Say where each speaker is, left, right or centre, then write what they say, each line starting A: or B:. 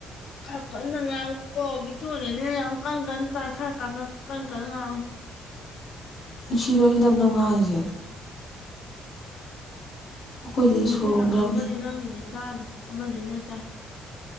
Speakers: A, on the left; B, on the left.
A: ꯈꯔ ꯀꯟꯅ ꯉꯥꯡꯉꯨꯀꯣ ꯕꯤꯇꯣꯗꯅꯦ ꯌꯥꯝ ꯀꯟ ꯀꯟꯅ ꯇꯥꯏ ꯈꯔ ꯈ ꯀꯟ ꯀꯟꯅ ꯉꯥꯡꯉꯨ
B: ꯅꯨꯡꯁꯤꯗꯣꯣꯏ ꯏꯗꯕꯅꯣ ꯉꯥꯡꯉꯤꯁꯦ ꯑꯩꯈꯣꯏꯗꯤ
A: ꯐꯣꯟꯁꯦ
B: ꯁꯣꯔꯣꯛ
A: ꯊꯥꯡꯇꯣꯛꯑꯒꯗꯤ
B: ꯂꯝꯕꯤ
A: ꯅꯪꯒꯤꯗꯤ ꯇꯥꯗꯦ ꯑꯃꯗꯅ ꯇꯥꯏ